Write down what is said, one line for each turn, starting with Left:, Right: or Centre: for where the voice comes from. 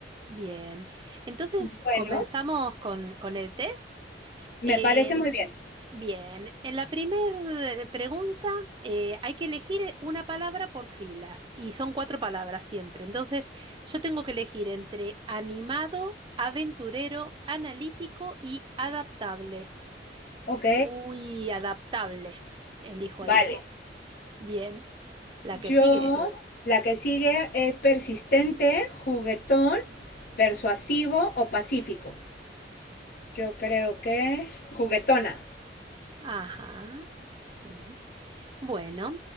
Right: Bien, entonces
Left: Bueno,
Right: comenzamos con, con el test.
Left: me
Right: Eh,
Left: parece muy bien.
Right: bien, en la primera pregunta eh, hay que elegir una palabra por fila y son cuatro palabras siempre. Entonces yo tengo que elegir entre animado, aventurero, analítico y adaptable.
Left: Ok,
Right: Uy, adaptable. Elijo
Left: vale.
Right: ahí. Bien, la que
Left: Yo,
Right: sigue.
Left: la que sigue es persistente, juguetón, persuasivo o pacífico. Yo creo que juguetona,
Right: Ajá, sí. Bueno,